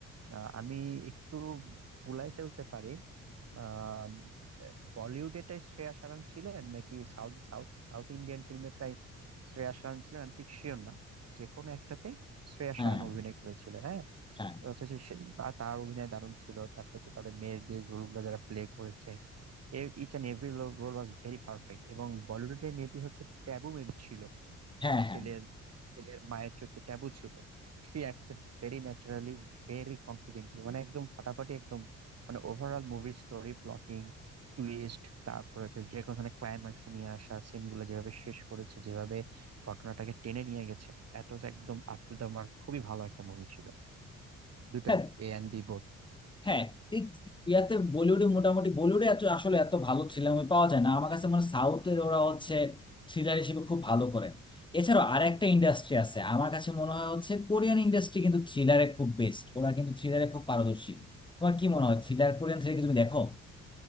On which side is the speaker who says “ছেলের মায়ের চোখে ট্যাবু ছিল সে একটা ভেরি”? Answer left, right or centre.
Right